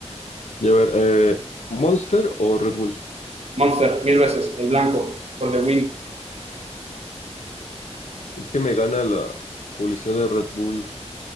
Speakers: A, on the left (about 85°); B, on the right (about 60°).
A: Y a ver, eh, ¿Monster o Red Bull?
B: Monster, mil veces, el blanco, por the win.
A: Es que me gana la publicidad de Red Bull,